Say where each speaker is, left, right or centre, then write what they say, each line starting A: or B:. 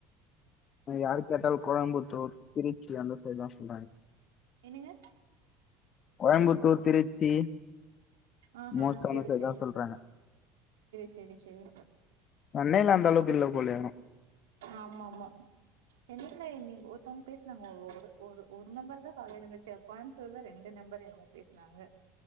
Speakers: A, on the left; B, on the right.
A: யாரு கேட்டாலு கோயம்புத்தூர் திருச்சி அந்த சைட் தா சொல்றாங்க
B: என்னங்க
A: கோயம்புத்தூர் திருச்சி
B: ஆஹ்ஹ
A: மோஸ்ட்டா
B: செரி
A: அந்த சைடு
B: செரி
A: தா சொல்றாங்க
B: செரி செரி
A: பண்ணைல அந்த அளவுக்கில்ல போலயே
B: ஆமா ஆமா என்ன நீங்க ஒருத்தவங்க பேசினாங்க ஒரு ஒரு நாள் காலைல வெச்ச கொழ ல ரெண்டு நம்பர் என்ன <unintelligible>